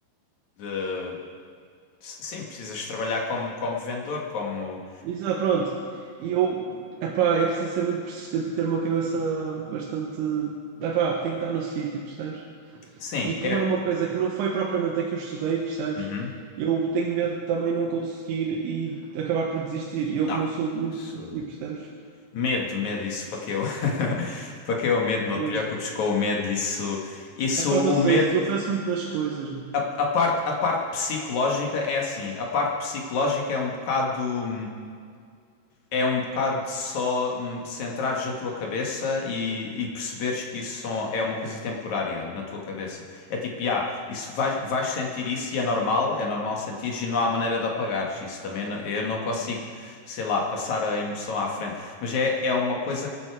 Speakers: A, on the left; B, on the right.
A: De Sim, precisas trabalhar como, como vendedor, como.
B: Isso, ah, pronto. E eu, epá, é preciso ser muito persistente e ter uma cabeça bastante. Epá, tem que estar no sítio, percebes?
A: Sim,
B: E como
A: é.
B: é uma coisa que não foi propriamente a que eu estudei, percebes?
A: Uhum.
B: Eu tenho medo de também não conseguir e acabar por desistir. E Eu
A: Não.
B: que não sou de muito
A: Isso...
B: desistir, percebes?
A: Medo, medo, isso para que eu. <laughs> Para que eu medo, não
B: Pois.
A: te preocupes com o medo, isso. Isso,
B: É pá, não
A: o
B: sei
A: medo.
B: se eu penso muito nas coisas.
A: A, a parte, a parte psicológica é assim. A parte psicológica é um bocado. é um bocado de só hum, centrares a tua cabeça e, e perceberes que isso só é uma coisa temporária na tua cabeça. É tipo, ah, isso vais, vais sentir isso e é normal, é normal sentires e não há maneira de apagares isso também. não- Eu não consigo, sei lá, passar a emoção à frente. Mas é, é uma coisa que